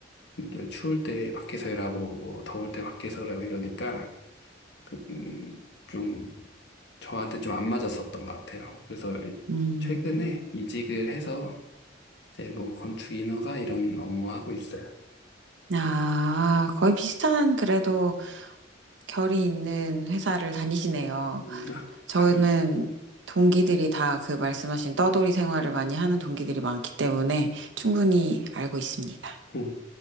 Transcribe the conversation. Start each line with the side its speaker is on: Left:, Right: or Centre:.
Left: 또 추울 때 밖에서 일하고 뭐 더울 때 밖에서 일하고 이러니까 그, 음, 좀 저한테 좀 안 맞았었던 것 같아요. 그래서 일-
Right: 음,
Left: 최근에 이직을 해서 이제 뭐 건축 인허가 이런 업무 하고 있어요.
Right: 아, 거의 비슷한 그래도 결이 있는 회사를 다니시네요.
Left: 음, 학,
Right: 저는
Left: 학,
Right: 동기들이 다 그 말씀하신 떠돌이 생활을 많이 하는 동기들이 많기 때문에 충분히 알고 있습니다.
Left: 음.